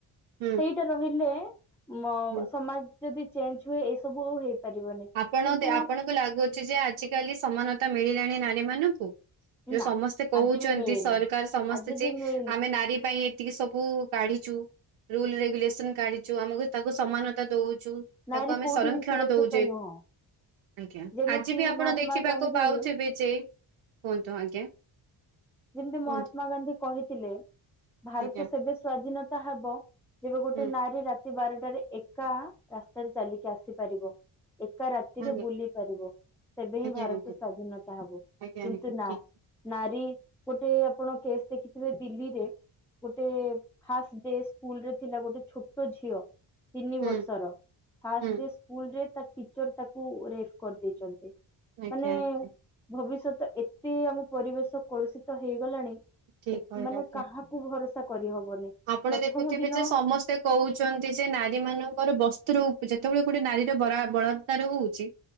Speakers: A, on the right (about 75°); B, in the centre.
A: ହୁଁ
B: ସେଇଟା ରହିଲେ ମ
A: ହୁଁ
B: ସମାଜ ଯଦି ଚେଞ୍ଜ୍ ହୁଏ ଏଇ ସବୁ ଆଉ ହେଇପାରିବନି।
A: ଆପଣ
B: କିନ୍ତୁ
A: ଆପଣଙ୍କୁ ଲାଗୁଛି ଯେ ଆଜିକାଲି ସମାନତା ମିଳିଲାଣି ନାରୀ ମାନଙ୍କୁ। ଯୋଉ
B: ନା
A: ସମସ୍ତେ କହୁଛନ୍ତି
B: ଆଜି ବି ମିଳିନି
A: ସରକାର ସମସ୍ତେ
B: ଆଜି
A: ଯେ
B: ବି ମିଳିନି
A: ଆମେ ନାରୀ ପାଇଁ ଏତିକି ସବୁ କାଢିଚୁ, ରୁଲ୍ ରେଗୁଲେସନ କାଢିଛୁ। ଆମକୁ ତାକୁ ସମାନତା ଦଉଛୁ।
B: ନାରୀ
A: ତାକୁ ଆମେ
B: କୋଉଠି
A: ସଂରକ୍ଷଣ
B: ବି ସୁରକ୍ଷିତ
A: ଦଉଚେ।
B: ନୁହଁ
A: ଆଜ୍ଞା।
B: ଯେମିତି
A: ଆଜି ବି ଆପଣ
B: ମହାତ୍ମା
A: ଦେଖିବାକୁ
B: ଗାନ୍ଧୀ
A: ପାଉଥିବେ
B: ହୁଁ
A: ଯେ, କୁହନ୍ତୁ ଆଜ୍ଞା।
B: ଯେମିତି
A: କୁହନ୍ତୁ
B: ମହାତ୍ମା
A: କୁହନ୍ତୁ।
B: ଗାନ୍ଧୀ କହିଥିଲେ, ଭାରତ
A: ଆଜ୍ଞା
B: ସେବେ ସ୍ଵାଧୀନତା ହବ ଯେବେ ଗୋଟେ
A: ହୁଁ
B: ନାରୀ ରା ରାତି ବାରଟାରେ ଏକା ରାସ୍ତାରେ ଚାଲିକି ଆସିପାରିବ। ଏକା ରାତି ରାତିରେ
A: ଆଜ୍ଞା
B: ବୁଲି ପାରିବ? ସେବେ ହିଁ
A: ଆଜ୍ଞା
B: ଭାରତ
A: ଆଜ୍ଞା
B: ସ୍ଵାଧୀନତା ହବ।
A: ଆଜ୍ଞା
B: କିନ୍ତୁ
A: ଆଜ୍ଞା
B: ନା,
A: ଠିକ
B: ନାରୀ, ଗୋଟେ ଆପଣ କେସ୍ ଦେଖିଥିବେ ଦିଲ୍ଲୀରେ ଗୋଟେ ଫାଷ୍ଟ୍ ଡେ ସ୍କୁଲରେ ଥିଲା, ଗୋଟେ ଛୋଟ ଝିଅ ତିନି
A: ହୁଁ
B: ବର୍ଷର। ଫାଷ୍ଟ୍
A: ହୁଁ
B: ଡେ ସ୍କୁଲରେ ତା ଟି ଚର୍ ତାକୁ ରେଫ୍ କରିଦେଇଚନ୍ତି।
A: ଆଜ୍ଞା
B: ମାନେ
A: ଆଜ୍ଞା
B: ଭବିଷ୍ୟତ ଏତେ ଆମ ପରିବେଶ କଳୁଷିତ ହେଇଗଲାଣି,
A: ଠିକ କହିଲେ
B: ମାନେ
A: ଆଜ୍ଞା
B: କାହା କୁ ଭରସା କରିହବନି।
A: ଆପଣ ଦେଖୁଥିବେ
B: ଦିନ
A: ଯେ ସମସ୍ତେ କହୁଛନ୍ତି, ଯେ ନାରୀ ମାନଙ୍କର ବସ୍ତ୍ରଉ ଯେତେବେଳେ ଗୋଟେ ନାରୀର ବଳାତ୍କାର ହଉଛି